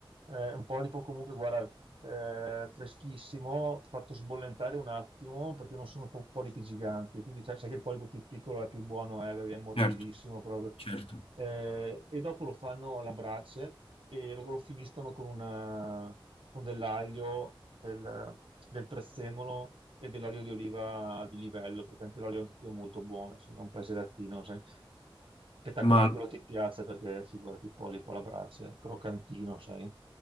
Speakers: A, on the right; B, on the left.
A: Eh, un polipo comunque, guarda, eh, freschissimo, fatto sbollentare un attimo perché non sono po- polipi giganti, quindi sai, sai che il polipo più piccolo è più buono, eh, perché è morbidissimo
B: certo,
A: proprio.
B: certo.
A: Eh, e dopo lo fanno alla brace e lo, lo finiscono con, una- con dell'aglio, del, del prezzemolo e dell'olio di oliva di livello, perché anche l'olio anche qui è molto buono, se non un paese latino, sai. Spettacolare,
B: Ma,
A: quello ti piace perché figurati il polipo alla brace, croccantino, sai?